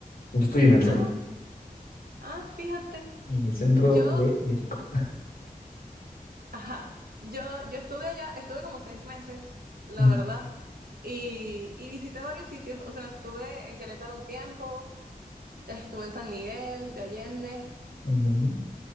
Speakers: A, on the left (about 70°); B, on the right (about 75°).
A: Yo estoy en el,
B: Ah,
A: cen-
B: ah, fíjate.
A: en el centro
B: Yo,
A: de México.
B: ajá, yo, yo estuve allá, estuve como seis meses, la
A: Mm,
B: verdad, y, y visité varios sitios. O sea, estuve en Querétaro un tiempo, estuve en San Miguel de Allende,
A: mm,